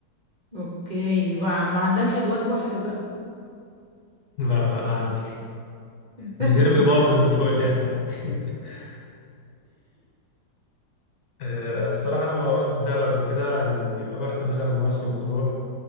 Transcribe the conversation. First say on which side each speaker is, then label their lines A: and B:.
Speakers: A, on the right (about 30°); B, on the left (about 65°).
A: اوكي بقى ما عندكش دوار بحر بقى
B: لا لا عادي
A: <laughs>
B: بنرمي بعض من فوق اليخت عادي <laughs> آه، الصراحة أنا ما رحتش دهب قبل كده يعني رحت مثلا مرسى مطروح